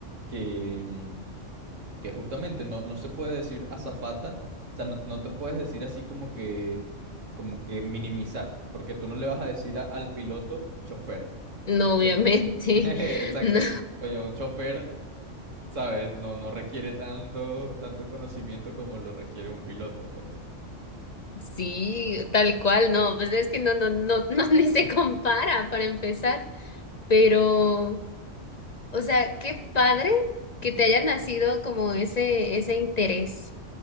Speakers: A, on the right; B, on the left.
A: que... mm, que justamente no, no se puede decir azafata, o sea, no, no te puedes decir así como que, como que minimizar, porque tú no le vas a decir a- al piloto chofer,
B: <laughs> no,
A: ¿cierto?
B: obviamente.
A: <laughs> Exacto,
B: No,
A: coño, un chofer, ¿sabes? No, no requiere tanto, tanto conocimiento como lo requiere un piloto, pues.
B: sí, tal cual, no. Pues es que no, no, no, no, <laughs> ni se compara para empezar. Pero. O sea, qué padre que te haya nacido como ese, ese interés,